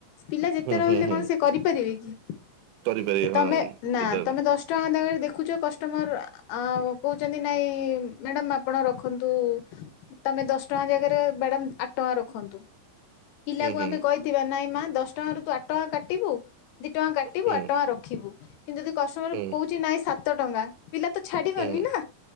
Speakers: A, on the left (about 85°); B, on the right (about 80°).
A: ପିଲା ଯେତେ
B: ହୁଁ
A: ରହିଲେ
B: ହୁଁ ହୁଁ
A: କଣ ସେ କରିପାରିବେ କି?
B: କରିପାରିବେ
A: ତମେ
B: ହଁ
A: ନା
B: ସେଇଟା
A: ତମେ ଦଶ ଟଙ୍କା <unintelligible> ରେ ଦେ ଖୁଚ କଷ୍ଟମର ଆଁ କହୁଚନ୍ତି ନାଇଁ ମ୍ୟାଡାମ ଆପଣ ରଖନ୍ତୁ। ତମେ ଦଶ ଟଙ୍କା ଜାଗାରେ ମ୍ୟାଡ଼ାମ୍ ଆଟ୍ ଟଙ୍କା ରଖନ୍ତୁ। ପିଲାକୁ
B: ହୁଁ ହୁଁ
A: ଆମେ କଇଥିବା ନାଇଁ ମା ଦଶ ଟଙ୍କାରୁ ତୁ ଆଟ୍ ଟଙ୍କା କାଟିବୁ ଦି ଟିବୁ
B: ହୁଁ
A: ଆଟଙ୍କା ରଖିବୁ କିନ୍ତୁ ଯଦି କଷ୍ଟମର
B: ହୁଁ
A: କଉଚି ନାଇଁ ସାତ ଟଙ୍କା। ପିଲା ତ ଛାଡିବନି
B: ହୁଁ
A: ନା